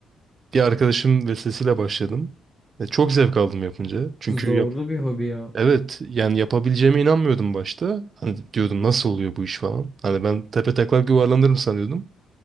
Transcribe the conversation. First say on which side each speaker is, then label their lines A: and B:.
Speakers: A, on the right; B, in the centre.
A: bir arkadaşım vesilesiyle başladım. E, çok zevk aldım yapınca çünkü
B: zorlu bir hobi ya.
A: Evet yani yapabileceğime inanmıyordum başta. Hani diyordum nasıl oluyor bu iş falan. Hani ben tepe taklak yuvarlanırım sanıyordum.